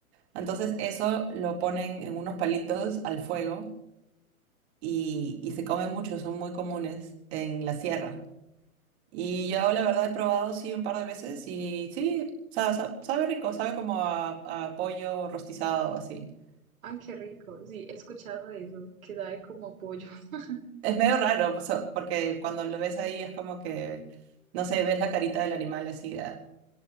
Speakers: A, on the right; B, on the right.
A: Entonces eso lo ponen en unos palitos al fuego y, y se comen mucho, son muy comunes en la sierra. Y yo la verdad he probado sí un par de veces y sí, sa- sa- sabe rico, sabe como a, a pollo rostizado así.
B: Ah, qué rico. Sí, he escuchado de eso, que sabe como a pollo. <laughs>
A: Es medio raro, o sea, porque cuando lo ves ahí es como que, no sé, ves la carita del animal así, ah,